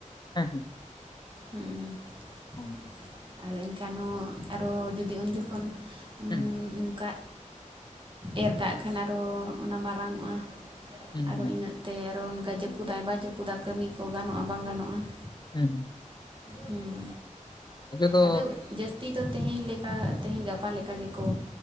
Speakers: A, on the left; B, on the right.
A: ᱦᱮᱸ ᱦᱮᱸ
B: ᱦᱩᱸ
A: ᱚ,
B: ᱦᱩᱸ ᱟᱨ ᱮᱱᱠᱷᱟᱱ ᱦᱚᱸ ᱟᱨᱚ ᱡᱩᱫᱤ ᱩᱱ ᱡᱚᱠᱷᱚᱱ ᱦᱢᱻ
A: ᱦᱮᱸ
B: ᱚᱱᱠᱟ ᱮᱨ ᱠᱟᱜ ᱠᱷᱟᱱ ᱟᱨᱚ ᱚᱱᱟ ᱢᱟᱨᱟᱝ ᱚᱜᱼᱟ
A: ᱦᱩᱸ
B: ᱟᱨᱚ
A: ᱦᱩᱸ
B: ᱤᱱᱟᱹᱜ ᱛᱮ ᱟᱨᱚ ᱚᱱᱠᱟ ᱡᱟᱹᱯᱩᱫᱟᱭ ᱵᱟᱭ ᱡᱟᱹᱯᱩᱫᱟ ᱠᱟᱹᱢᱤ ᱠᱚ ᱜᱟᱱᱚᱜᱼᱟ ᱵᱟᱝ ᱜᱟᱱᱚᱜᱼᱟ ᱾
A: ᱦᱩᱸ ᱦᱩᱸ
B: ᱦᱩᱸ
A: ᱫᱚ
B: ᱟᱫᱚ ᱡᱟᱹᱥᱛᱤ ᱫᱚ ᱛᱮᱦᱮᱧ ᱞᱮ ᱠᱟ ᱛᱮᱦᱮᱧ ᱜᱟᱯᱟ ᱞᱮᱠᱟ ᱜᱮᱠᱚ